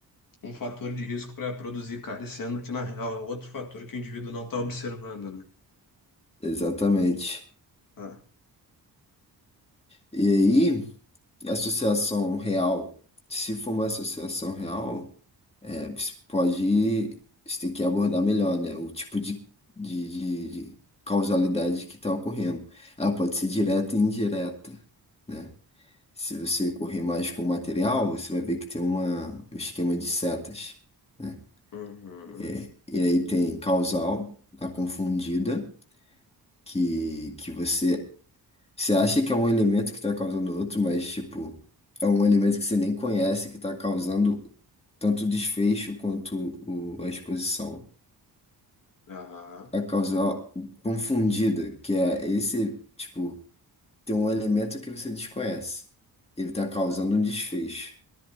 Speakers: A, on the left (about 55°); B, on the left (about 15°).
A: um fator de risco para produzir cárie, sendo que, na real, é outro fator que o indivíduo não está observando, né?
B: Exatamente.
A: Ah.
B: E aí. associação real, se for uma associação real, é, você pode, você tem que abordar melhor, né? O tipo de, de, de- de causalidade que está ocorrendo. Ela pode ser direta e indireta, né? Se você correr mais com o material, você vai ver que tem uma, um esquema de setas, né?
A: Uhum.
B: É, e aí tem causal, a confundida, que, que você você acha que é um elemento que tá causando outro, mas, tipo, é um elemento que você nem conhece que tá causando tanto o desfecho quanto o, a exposição.
A: Aham.
B: A causa confundida, que é esse, tipo, tem um elemento que você desconhece. Ele tá causando um desfecho.